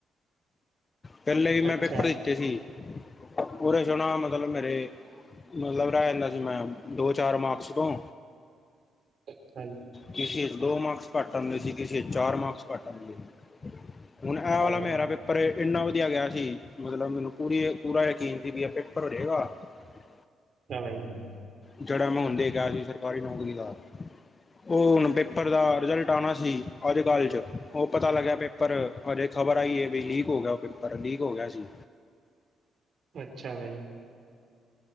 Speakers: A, on the left; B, on the right.
A: ਪਹਿਲੇ ਵੀ ਮੈਂ
B: ਅੱਛਾ
A: ਪੇਪਰ ਦਿੱਤੇ ਸੀ ਉਨ੍ਹਾਂ ਵਿੱਚੋ ਨਾ ਪੂਰੇ ਮਤਲਬ ਮੇਰੇ। ਮਤਲਬ ਰਹਿ ਜਾਂਦਾ ਸੀ ਮੈਂ ਦੋ ਚਾਰ ਮਾਰਕਸ ਤੋਂ।
B: ਹਾਂਜੀ।
A: ਕਿਸੇ ਵਿਚ ਦੋ ਮਾਰਕਸ ਘੱਟ ਆਉਂਦੇ ਸੀ ਕਿਸੇ ਚਾਰ ਮਾਰਕਸ ਘੱਟ ਆਉਂਦੇ ਸੀ। ਹੁਣ ਇਹ
B: ਭਾਜੀ
A: ਵਾਲਾ ਮੇਰਾ ਪੇਪਰ ਏ। ਇੰਨਾ ਵਧੀਆ ਗਿਆ ਸੀ ਮਤਲਬ ਮੈਨੂੰ ਪੂਰੀ ਪੂਰਾ ਯਕੀਨ ਸੀ ਵੀ ਪੇਪਰ ਹੋ ਜਾਏਗਾ। <unintelligible> <inaudible>
B: ਤਾਂ ਹੀ।
A: ਜਿਹੜਾ <inaudible> ਜੀ ਸਰਕਾਰੀ ਨੌਕਰੀ ਦਾ ਉਹ ਹੁਣ ਪੇਪਰ ਦਾ ਰਿਜਲਟ ਆਉਣਾ ਸੀ ਅੱਜ ਕੱਲ੍ਹ ਚ ਉਹ ਪਤਾ ਲੱਗਿਆ ਪੇਪਰ ਹਜੇ ਖ਼ਬਰ ਆਈ ਹੈ ਵੀ ਲੀਕ। ਹੋ ਗਿਆ ਉਹ ਪੇਪਰ ਲੀਕ ਹੋ ਗਿਆ ਸੀ।
B: ਅੱਛਾ ਬਾਈ।